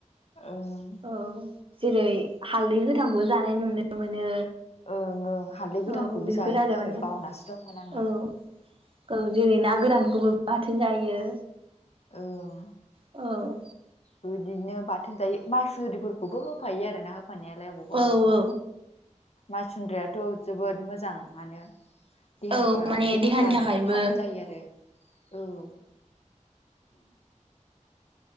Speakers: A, on the left; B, on the right.
A: ओं
B: औ जेरै हालदै गोथांखौ जानाय नुनो मोनो।
A: ओं ओं हालदै गोदांखौबो
B: औ बेफोर
A: जायोथ' आरो
B: माने
A: बावनासो दंमोन आङो।
B: औ औ जेरै ना गोरानखौबो बाथोन जायो।
A: ओं
B: औ
A: बिदिनो बाथोन जायो माइसुनद्रिफोरखौबो होफायो आरोना होफानायालाय अबावबा
B: औ
A: अबावबा
B: औ
A: माइसुन्द्रियाथ' जोबोद मोजाङानो देहाफ्राव
B: औ माने
A: देहाफ्रा
B: देहानि थाखायबो
A: बिदिनो थागद जायो आरो औ